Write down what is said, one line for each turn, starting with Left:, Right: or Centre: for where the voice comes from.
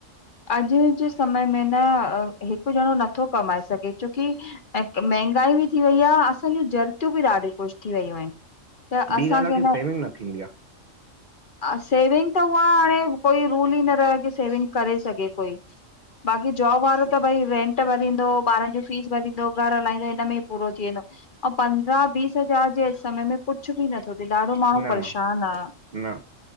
Left: अॼु जे समय में न हिकु ॼंणों नत्थो कमाए सघे छोकी ऐं मंहिगाई बि थी वई या असांज्यूं ज़रूतियूं बि ॾाढियुं कुशि थी वयूं आहिनि त असांखे
Right: ॿी ॻाल्हि आहे की
Left: न
Right: सेविंग थींदी
Left: सेविंग त उहा हाणे कोई रूल ई न रह्यो की सेविंग करे सघे कोई बाक़ी जॉब वारो त भई रेंट भरींदो, ॿारनि ज्यूं फीस भरींदो, घर हलाईंदो हिनमें ई पूरो थी वेंदो। अंउं पंद्रहां बीस हज़ार जे अॼु समय में कुछु बि नथो थिए ॾाढो
Right: आहे
Left: माण्हूं
Right: न
Left: परेशान
Right: न
Left: आ
Right: न